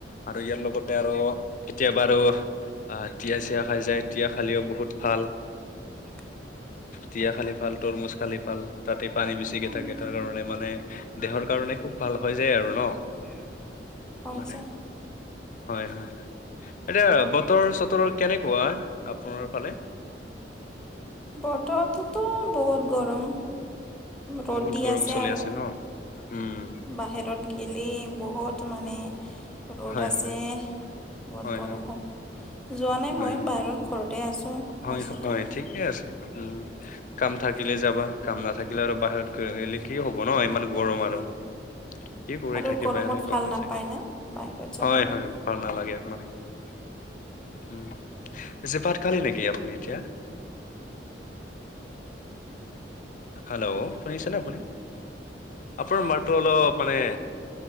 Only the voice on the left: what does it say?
আৰু ইয়াৰ লগতে আৰু কেতিয়াবা আৰু তিয় চিয় খাই যায় তিয় খালেও বহুত ভাল।
তিয়া খালি ভাল তৰমুজ খালি ফাল তাতে পানী বেছিকে
থাকে তাৰ কাৰণে মানে দেহৰ কাৰণে খুব ভাল হৈ যায় আৰু ন
মানে
হয় হয় হয় এতিয়া বতৰ চতৰ কেনেকুৱা? আপোনাৰ ফালে?
বহুত
গৰম
চলি
ন? উম,
হয়
হয়।
হয়
হয়,
হয়
হয়,
হয়
হয়, ঠিকে আছে উম কাম থাকিলে যাবা কাম নাথাকিলে আৰু বাহিৰত গ গলে কি হ'ব ন ইমান গৰম আৰু কি কৰি
থাকিবা
এনেকুৱা
হৈছে
হয় হয় ভাল নালাগে মানে
উ যি পাত খালি নেকি আপুনি এতিয়া হেল্ল' শুনিছে নে আপুনি আপোনাৰ মাতটো অলপ মানে